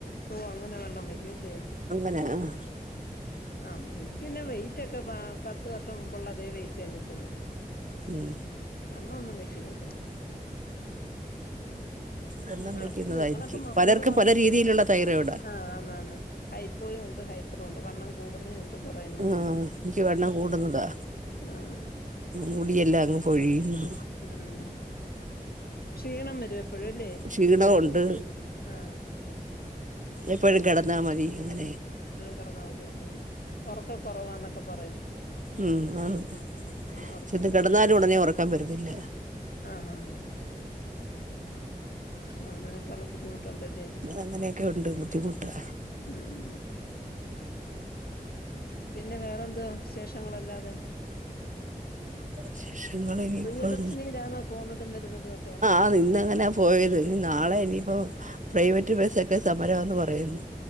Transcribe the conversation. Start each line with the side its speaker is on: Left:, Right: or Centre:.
Left: ഓ അങ്ങനെ വണ്ണം വയ്ക്കും അല്ലെ.
Right: അങ്ങനെ ആഹ്
Left: ആ എനിക്ക് പിന്നെ വെയിറ്റ് ഒക്കെ പ പത്ത് വർഷം മുമ്പുള്ള അതേ വെയിറ്റ് തന്നെ ഇപ്പഴും.
Right: ഉം
Left: വണ്ണൊന്നും വെക്കുന്നില്ല.
Right: വണ്ണം
Left: ആ
Right: വെക്കുന്നതാ
Left: നിങ്ങളൊക്കെ
Right: എനിക്ക്
Left: മ
Right: പലർക്കും
Left: മൂന്ന് മാസം
Right: പല
Left: കൂടുമ്പോ
Right: രീതിയിലുള്ള തൈറോയിഡാ
Left: ആ ആന്ന് ആന്ന് ഹൈപ്പോയുണ്ട് ഹൈ അത് കൊണ്ട് വണ്ണം കൂടുന്നേ ഉണ്ട് കുറയുന്നേ
Right: ആ
Left: ഉണ്ട്
Right: ഇൻക്ക് വണ്ണം കൂടുന്നതാ
Left: ആഹ്
Right: മുടിയെല്ലാം അങ്ങ് പൊഴിയുന്നു
Left: ഉം ക്ഷീണം വെ എപ്പോഴൊല്ലേ
Right: ക്ഷീണവുണ്ട്
Left: എപ്പഴും ആ.
Right: എപ്പോഴും കെടന്നാ മതി അങ്ങനെ
Left: കെടന്നാ മതി തോന്നുന്നു. ഒറക്കം കൊറവാന്നൊക്കെ പറ
Right: ഉം ആന്ന്
Left: ഉറക്കം
Right: ചത്
Left: കുറവ്
Right: കെടന്നാലും ഉടനെ ഒറക്കം വെരത്തില്ല.
Left: ആഹ് ആഹ് ആഹ് ആഹ് അങ്ങനെയൊക്കെയൊള്ള ബുദ്ധിമുട്ട്ണ്ടല്ലേ
Right: അങ്ങനെയൊക്കെ ഉണ്ട് ബുദ്ധിമുട്ടാ
Left: ഉം പിന്നെ വേറെ എന്തുവാ വിശേഷങ്ങളല്ലാതെ?
Right: വിശേഷങ്ങൾ ഇനിയിപ്പം
Left: പ്രിയദർശിനിയിലാണോ പോന്നതും വരുന്നതും ഒക്കെ?
Right: അത് ഇന്നങ്ങനെ പോയത് ഇനി നാളെ ഇനിയിപ്പോ പ്രൈവറ്റ് ബസ്സൊക്കെ സമരവാന്ന് പറയുന്ന്